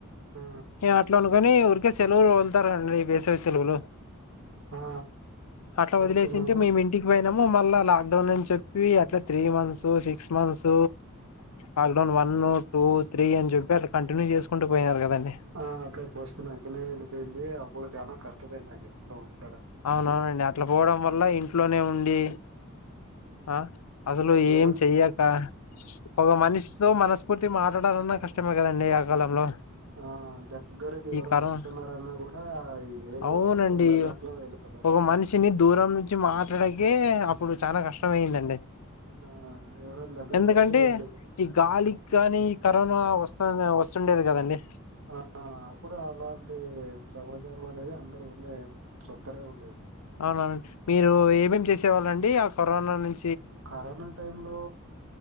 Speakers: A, on the right; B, on the left.
A: ఆ
B: అట్లా అనుకొని ఊరికే సెలవులు వదులుతారని సెలవులు
A: ఆ ఆ,
B: అట్లా
A: అనుకున్నాము
B: వదిలేసుంటే మేమింటికి పోయి మమ్మొ మళ్ళా లాక్ డౌన్ అని చెప్పి అట్లా త్రీ మంత్స్ సిక్స్ క్స్ months lockdown one two three అని చెప్పి అట్లా కంటిన్యూ చేసుకుంటూ పోయినారు కదండి.
A: ఆ అట్లే పోస్టుపోన్ అయితేనే వెళ్ళిపోయింది. అప్పుడు చానా కష్టమైందండి ఇంట్లో ఉండడానికి
B: అవునవునండి అట్లా పోవడం వల్ల ఇంట్లోనే ఉండి ఆ అసలు
A: ఏమన్
B: ఏం చెయ్యక ఒక మనిషితో మనస్ఫూర్తి మ మాట్లాడాలన్నా కష్టమే కదండి ఆ కాలంలో
A: ఆ దగ్గరకి
B: ఈ
A: ఎవరన్నా
B: కరోనా
A: వస్తున్నారన్నా కూడా ఏమో
B: అవునండి
A: వస్తుంది అన్నట్లు వెళ్ళిపోతాండ్రు
B: ఒక మనిషిని దూరం నుంచి మాట్లాడాకే అప్పుడు చాలా కష్టం అయిందండి.
A: ఆ ఎవరైనా దగ్గరకు
B: ఎందుకంటే
A: వస్తే వెళ్ళిపో
B: ఈ గాలి కి గాని కరోనా వస్తు వస్తుండేది కదండి.
A: ఆ అప్పుడు అలాంటి సమాచారం అనేది అందరు ఉనే చెప్తనే ఉండే
B: అవున మీరు ఏమేం చేసేవాళ్ళండి ఆ కరోనా నుం
A: కరోనా టైంలో